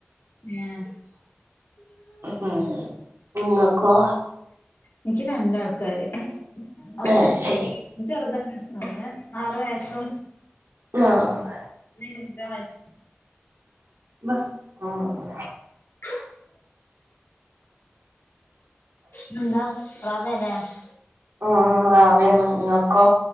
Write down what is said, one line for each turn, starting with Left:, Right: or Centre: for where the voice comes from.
Left: <unintelligible>
Right: <unintelligible> ഇങ്ങക്കോ
Left: ഇനിക്ക് രണ്ടാൾക്കാര് ഒന്ന്
Right: ആഹ് ശരി
Left: ചെറുതാണ് ഒന്ന് ആറു വയസ്സും
Right: <unintelligible>
Left: <unintelligible>
Right: ഇമ ആഹ്
Left: <inaudible> ന്താ <unintelligible>
Right: ഉം റവേണ് ങ്ങക്കോ